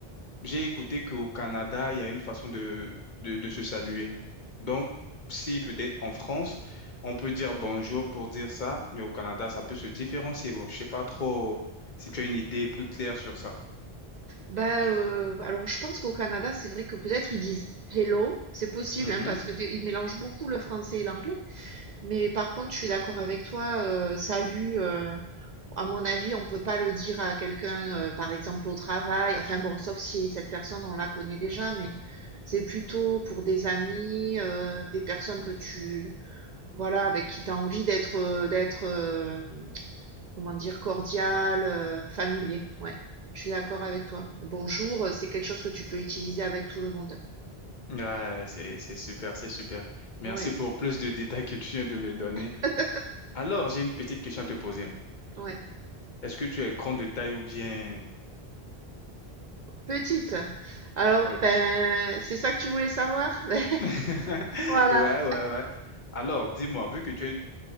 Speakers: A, on the left (about 50°); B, on the right (about 50°).
A: J'ai écouté qu'au Canada, il y a une façon de, de, de se saluer. Donc, si peut-être en France, on peut dire bonjour pour dire ça, mais au Canada, ça peut se différencier. Bon, je sais pas trop si tu as une idée plus claire sur ça.
B: bah, heu, alors je pense qu'au Canada, c'est vrai que peut-être ils disent hello, c'est possible,
A: Mhm.
B: hein, parce que des ils mélangent beaucoup le français et l'anglais. Mais par contre, je suis d'accord avec toi, heu, salut, heu, à mon avis, on peut pas le dire à quelqu'un, heu, par exemple au travail. Enfin bon, sauf si cette personne, on la connaît déjà, mais c'est plutôt pour des amis, heu, des personnes que tu voilà, avec qui tu as envie d'être, heu, d'être, euh, Comment dire? Cordial, heu, familier, ouais. Je suis d'accord avec toi. «Bonjour», euh, c'est quelque chose que tu peux utiliser avec tout le monde.
A: Ouais, c'est, c'est super, c'est super. Merci
B: Ouais.
A: pour plus de détails que tu viens de me donner.
B: <laughs>
A: Alors, j'ai une petite question à te poser.
B: Ouais.
A: Est-ce que tu es grande de taille ou bien...
B: Petite? Alors,
A: Ok.
B: ben, c'est ça que tu voulais savoir? <laughs> Beh,
A: <laughs>
B: voilà,
A: Ouais, ouais, ouais. Alors, dis-moi, vu que tu es-